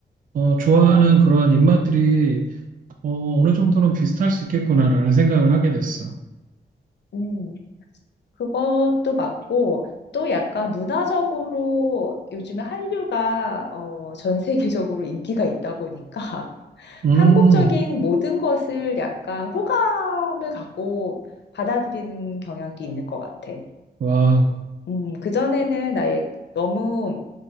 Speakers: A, on the right; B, on the left.
A: 어, 좋아하는 그러한 입맛들이 어, 어느 정도는 비슷할 수 있겠구나라는 생각을 하게 됐어.
B: 음, 그것도 맞고, 또 약간 문화적으로 요즘에 한류가 어, 전 세계적으로 인기가 있다 보니까 <laughs>
A: 음,
B: 한국적인 모든 것을 약간 호감을 갖고 받아들이는 경향도 있는 것 같아.
A: 와우.
B: 음, 그전에는 나의 너무